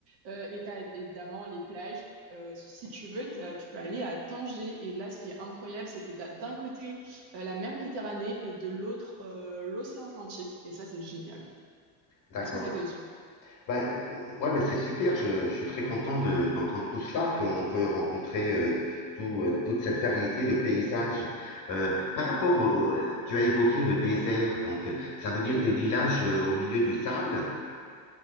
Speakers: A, on the right; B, on the left.
A: Euh, et tu as évidemment les plages. Euh, si tu veux, t'as- tu peux aller à Tanger. Et là, ce qui est incroyable, c'est que tu as d'un côté euh, la mer Méditerranée et de l'autre euh, l'océan Atlantique. Et ça, c'est génial.
B: d'accord.
A: Est-ce que ça te dit?
B: Bah, euh, ouais, bah, c'est super. Je, je suis très content de- d'entendre tout cela, qu'on peut rencontrer euh, tout, euh, toute cette variété de paysages. Euh, par rapport au, au- tu as évoqué le désert, donc euh, ça veut dire des villages euh, au milieu du sable,